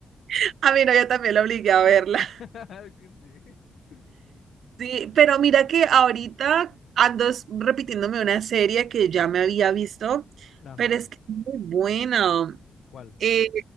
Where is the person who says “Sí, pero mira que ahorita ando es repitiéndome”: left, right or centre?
Right